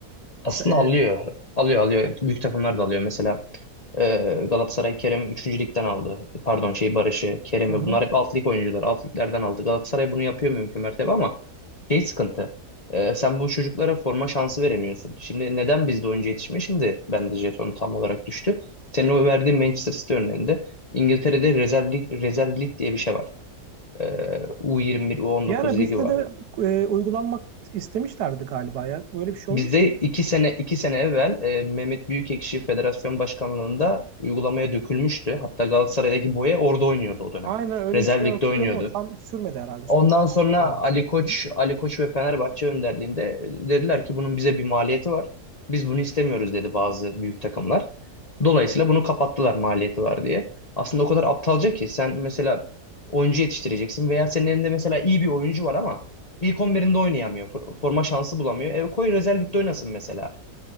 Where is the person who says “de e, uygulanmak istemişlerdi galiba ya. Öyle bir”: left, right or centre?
Right